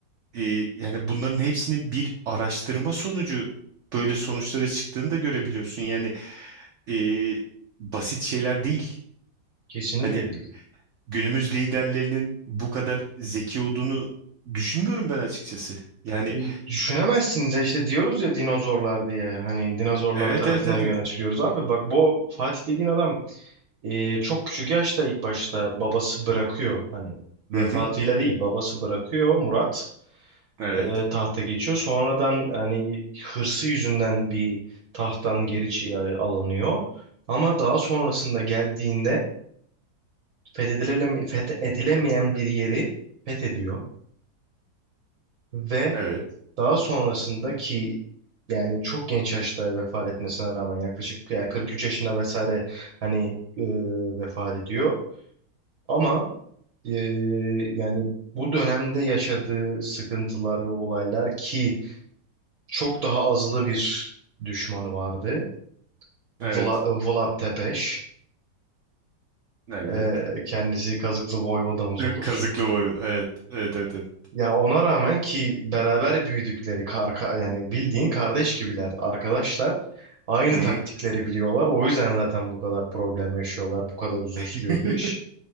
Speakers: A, on the right; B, on the right.
A: e, yani bunların hepsini bir araştırma sonucu böyle sonuçları çıktığını da görebiliyorsun. Yani e, basit şeyler değil.
B: Kesinlikle
A: Hani
B: değil.
A: günümüz liderlerinin bu kadar zeki olduğunu düşünmüyorum ben açıkçası. Yani
B: E, Düşünemezsiniz ya, işte diyoruz ya dinozorlar diye. Hani dinozorlar
A: evet
B: tarafından
A: evet evet.
B: yönetiliyoruz.
A: Evet.
B: Abi bak bu Fatih dediğin adam e, çok küçük yaşta ilk başta babası bırakıyor. Hani vefatıyla
A: Hı hı.
B: değil babası bırakıyor Murat.
A: Evet.
B: e, tahta geçiyor. Sonradan hani hırsı yüzünden bir tahttan geri çi- e, alınıyor. Ama daha sonrasında geldiğinde fethedileme, fethedilemeyen bir yeri fethediyor. Ve
A: Evet.
B: daha sonrasında ki yani çok genç yaşta vefat etmesine rağmen yaklaşık yani 43 yaşında vesaire hani e, vefat ediyor. Ama e, yani bu dönemde yaşadığı sıkıntılar ve olaylar ki çok daha azılı bir düşmanı vardı. Vla,
A: Evet.
B: Vlad Tepes.
A: Evet.
B: Ee, kendisi Kazıklı Voyvodamız olur.
A: Kazıklı boyu. Evet. Evet evet evet.
B: Ya ona rağmen ki beraber büyüdükleri karka, yani bildiğin kardeş gibiler arkadaşlar. Aynı
A: Hı hı.
B: taktikleri biliyorlar. O yüzden zaten bu kadar problem yaşıyorlar. Bu kadar uzun
A: <laughs>
B: sürüyor bu iş.